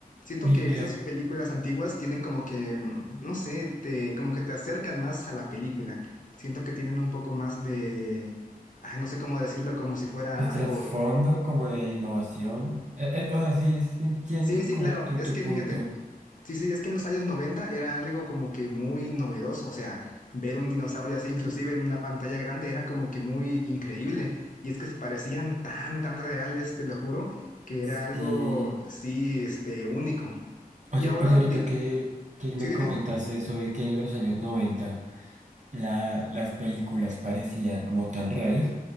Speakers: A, on the left (about 55°); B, on the right (about 50°).
A: Siento
B: Mi,
A: que
B: mira,
A: esas películas antiguas tienen como que, mm, no sé, te, como que te acercan más a la película. Siento que tienen un poco más de, ay, no sé cómo decirlo, como si fuera
B: el trasfondo
A: algo...
B: como de innovación. eh, eh, o sea, sí, sí entiendo
A: Sí, sí,
B: como
A: claro.
B: tu,
A: Es
B: tu
A: que
B: punto.
A: fíjate. Sí, sí, es que en los años 90 era algo como que muy novedoso, o sea, ver un dinosaurio así inclusive en una pantalla grande era como que muy increíble, y es que se parecían tan, tan reales, te lo juro, que era
B: Sí.
A: algo, sí, este, único.
B: Oye,
A: Y ahora,
B: oye, ahorita
A: di-
B: que, que me
A: sí, dime.
B: comentas eso de que en los años 90 la- las películas parecían como tan reales.